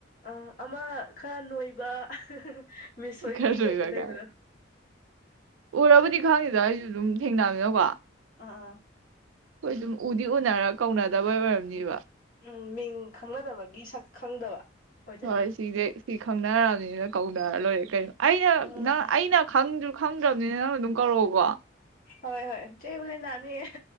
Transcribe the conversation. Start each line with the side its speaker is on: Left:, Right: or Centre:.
Left: ꯑ ꯑꯃ ꯈꯔ ꯅꯣꯏꯕ ꯃꯤꯁ ꯍꯣꯏꯒꯤ
Right: ꯈꯔ ꯂꯣꯏꯕꯒꯥꯏ
Left: ꯀꯩꯗ ꯂꯩꯕꯗꯣ
Right: ꯎꯔꯕꯨꯗꯤ ꯈꯡꯅꯤꯗ ꯑꯩꯁꯨ ꯑꯗꯨꯝ ꯊꯦꯡꯅꯕꯅꯕꯅꯤꯅꯀꯣ
Left: ꯑ ꯑ
Right: ꯑꯩꯈꯣꯏ ꯑꯗꯨꯝ ꯎꯗꯤ ꯎꯅꯔꯒ ꯀꯧꯅꯗꯕꯩ ꯑꯣꯏꯔꯝꯅꯤꯕ
Left: ꯎꯝ ꯃꯤꯡ ꯈꯪꯅꯗꯕꯒꯤ ꯁꯛ ꯈꯪꯗꯕ ꯑꯣꯏꯗꯣꯏꯅꯦ
Right: ꯍꯣꯏ ꯁꯤꯗꯤ ꯁꯤ ꯈꯪꯅꯔꯕꯅꯤꯅ ꯀꯧ ꯂꯣꯢꯔꯦ ꯀꯩꯅꯣ ꯑꯩꯅ
Left: ꯎꯝ
Right: ꯅꯪ ꯑꯩꯅ ꯈꯪꯗ꯭ꯔꯤ ꯈꯪꯗ꯭ꯔꯕꯅꯤꯅ ꯅꯪꯅꯁꯨ ꯑꯗꯨꯝ ꯀꯧꯔꯛꯑꯣꯀꯣ
Left: ꯍꯣꯏ ꯍꯣꯏ ꯆꯦꯕꯨ ꯅꯅꯤꯌꯦ